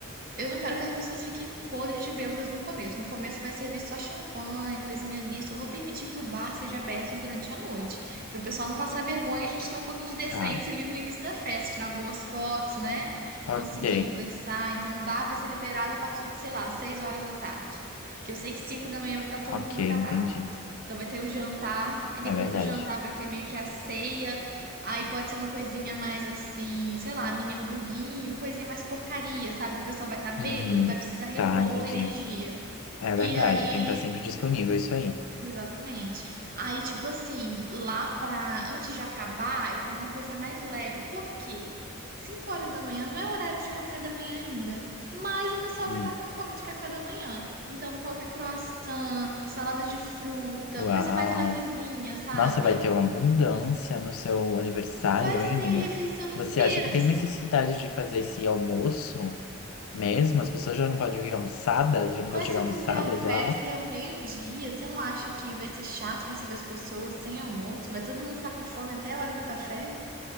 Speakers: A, on the right (about 40°); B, on the left (about 75°).
A: eu não quero que as pessoas fiquem podres de bêbadas no começo. No começo vai servir só champanhe, coisinha ali. Só vou permitir que o bar seja aberto durante a noite. Para o pessoal não passar vergonha, a gente ter um pouquinho de decência
B: Tá.
A: ali no início da festa, tirar boas fotos, né?
B: Ok,
A: Conseguir conversar. Então, o bar vai ser liberado a partir de, sei lá, seis horas da tarde. Que eu sei que 5 da manhã vai estar todo
B: ok,
A: mundo acabado.
B: entendi.
A: Então, vai ter o jantar, e depois
B: É verdade.
A: do jantar vai ter meio que a ceia. Aí pode ser uma coisinha mais assim, sei lá, mini hamburguinho, coisinha mais porcaria, sabe? Que o pessoal vai estar bêbado,
B: Uhum.
A: vai precisar repor
B: Tá, entendi.
A: a energia.
B: É
A: E
B: verdade,
A: aí.
B: tem que estar sempre disponível isso aí.
A: Exatamente. Aí, tipo assim, lá pra. Antes de acabar, eu quero uma coisinha mais leve. Por quê? 5 horas da manhã não é horário de café da manhã ainda. Mas o pessoal
B: Hum.
A: vai estar com fome de café da manhã. Então, eu vou colocar croissant, salada de fruta,
B: Uau!
A: coisa mais levezinha, sabe?
B: Nossa, vai ter uma abundância no seu aniversário,
A: Vai ser
B: hein, amiga?
A: refeição inteira.
B: Você acha que tem necessidade de fazer esse almoço mesmo? As pessoas já não podem vir almoçadas, já não
A: Mas
B: podem chegar
A: se eu
B: almoçadas
A: fizer a festa
B: lá?
A: meio-dia, você não acha que vai ser chato receber as pessoas sem almoço? Vai todo mundo ficar com fome até a hora do café?